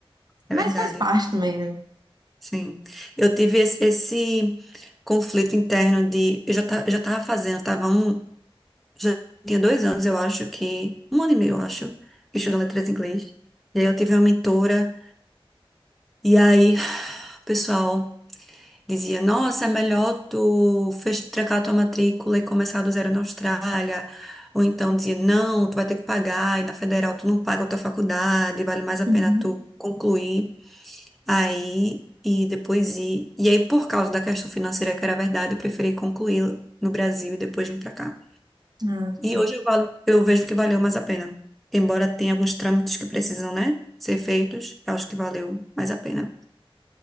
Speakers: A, in the centre; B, on the right (about 45°).
A: é
B: Mas
A: verdade.
B: faz parte também, né?
A: Sim, eu tive esse, esse conflito interno de. Eu já, ta- já tava fazendo, eu tava um. Já tinha dois anos, eu acho que. Um ano e meio, eu acho, estudando letras em inglês. E aí eu tive uma mentora, e aí <sighs> o pessoal dizia: Nossa, é melhor tu fech- trancar tua matrícula e começar do zero na Austrália. Ou então dizia: Não, tu vai ter que pagar, e na federal tu não paga a tua faculdade, vale mais a
B: Uhum.
A: pena tu concluir. Aí, e depois ir. E aí, por causa da questão financeira, que era verdade, eu preferi concluir no Brasil e depois vir pra cá.
B: Ah, tá.
A: E hoje eu, valo, eu vejo que valeu mais a pena. Embora tenha alguns trâmites que precisam, né, ser feitos, eu acho que valeu mais a pena.